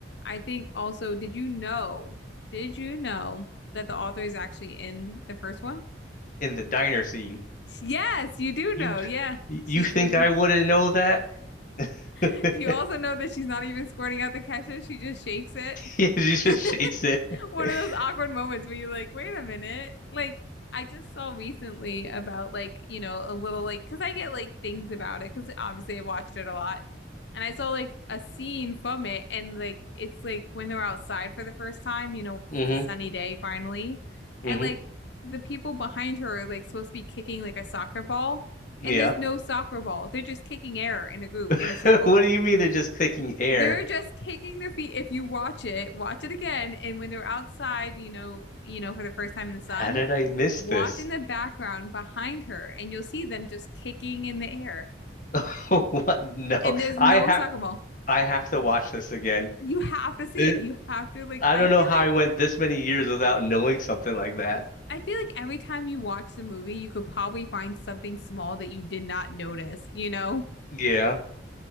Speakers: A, on the left; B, on the left.
A: I think also, did you know? Did you know? that the author is actually in the first one?
B: in the diner scene.
A: Yes, you do know.
B: You
A: Yeah,
B: you
A: she's
B: think
A: in.
B: I wouldn't
A: <laughs>
B: know that? <laughs>
A: The- Do you also know that she's not even squirting out the ketchup? She just shakes it.
B: Yeah,
A: <laughs>
B: she just shakes it.
A: one
B: <laughs>
A: of those awkward moments where you're like, wait a minute. Like, I just saw recently about like, you know, a little like, because I get like things about it, because obviously I watched it a lot. And I saw like a scene from it, and like, it's like when they're outside for the first time, you know, 'cause
B: hmm
A: it's a sunny day finally.
B: hmm
A: And like, the people behind her are like supposed to be kicking like a soccer ball,
B: Yeah.
A: and there's no soccer ball. They're just kicking air in a group,
B: <laughs>
A: in a circle.
B: What do you mean they're just clicking air?
A: They're just kicking their feet. If you watch it, watch it again. And when they're outside, you know, you know, for the first time in the sun,
B: How did I miss
A: watch
B: this?
A: in the background behind her, and you'll see them just kicking in the air.
B: <laughs> What? No.
A: And there's
B: I
A: no
B: have
A: soccer ball.
B: I have to watch this again.
A: You have to see
B: This,
A: it. You have to like.
B: I
A: I
B: don't
A: feel
B: know how
A: like
B: I went this many years without knowing something like that.
A: I feel like every time you watch the movie, you could probably find something small that you did not notice. You know?
B: Yeah.